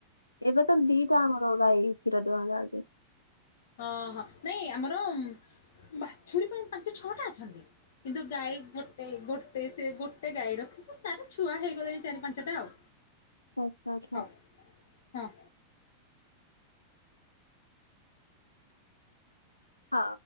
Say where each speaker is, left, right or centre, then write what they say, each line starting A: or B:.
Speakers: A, on the left; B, on the left.
A: ଏବେ ତ ଦିଟା ଆମର ଭାଇ କ୍ଷୀର ଦେବା ଚାଉଛି
B: ଅହୋ ନାଇଁ ଆମର ବାଛୁରୀ ପାଇଁ ପାଞ୍ଚ ଛଅଟା ଅଛନ୍ତି। କିନ୍ତୁ ଗାଈ ଗୋଟେ ଗୋଟେ ସେ ଗୋଟେ ଗାଈ ରଖି ତାର ଛୁଆ ହେଇଗଲାଣି ଚାରି ପାଞ୍ଚଟା ଆଉ।
A: <unintelligible>
B: ହଉ ହଁ।
A: ହଁ।